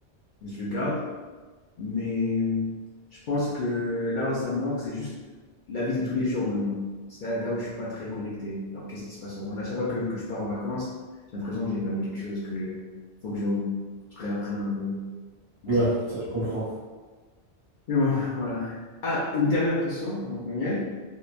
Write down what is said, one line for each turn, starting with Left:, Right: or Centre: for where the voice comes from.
Left: Je le garde. Mais je pense que là où ça me manque, c'est juste la vie de tous les jours maintenant. C'est là, là où je suis pas très connecté. Alors, qu'est-ce qui se passe au Rwanda? À chaque fois que, que je pars en vacances, j'ai l'impression que j'ai perdu quelque chose, que faut que je, je réapprenne un peu. Bon,
Right: Ouais,
Left: ça-
Right: ça je comprends.
Left: Mais bon, voilà. Ah, une dernière question avant qu'on y aille.